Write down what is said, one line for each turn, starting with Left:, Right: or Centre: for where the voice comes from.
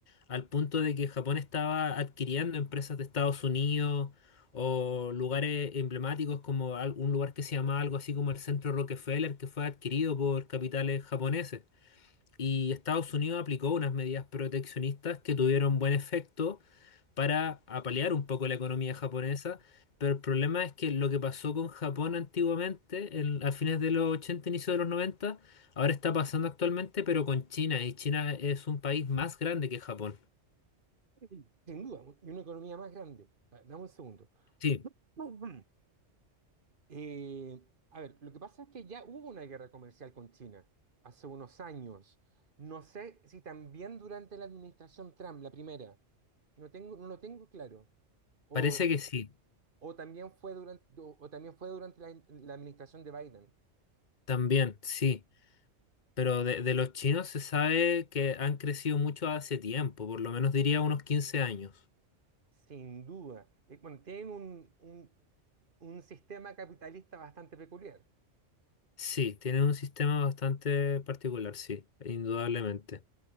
Left: al punto de que Japón estaba adquiriendo empresas de Estados Unidos o lugares emblemáticos como al- un lugar que se llamaba algo así como el Centro Rockefeller, que fue adquirido por capitales japoneses y Estados Unidos aplicó unas medidas proteccionistas que tuvieron buen efecto para apalear un poco la economía japonesa, pero el problema es que lo que pasó con Japón antiguamente, en- a fines de los 80, inicio de los 90, ahora está pasando actualmente, pero con China, y China es un país más grande que Japón.
Right: Sí, Sin duda, u- y una economía más grande. A ver, Dame un segundo.
Left: Sí,
Right: <clears throat> Ujú. Eh, a ver, lo que pasa es que ya hubo una guerra comercial con China hace unos años. No sé si también durante la administración Trump, la primera. No tengo, no lo tengo claro. O,
Left: parece que sí,
Right: o también fue durante, o, o también fue durante la, la administración de Biden.
Left: también, sí. Pero de, de los chinos se sabe que han crecido mucho hace tiempo, por lo menos diría unos 15 años.
Right: Sin duda. Eh, bueno, tienen un, un un sistema capitalista bastante peculiar.
Left: Sí, tiene un sistema bastante particular, sí, indudablemente.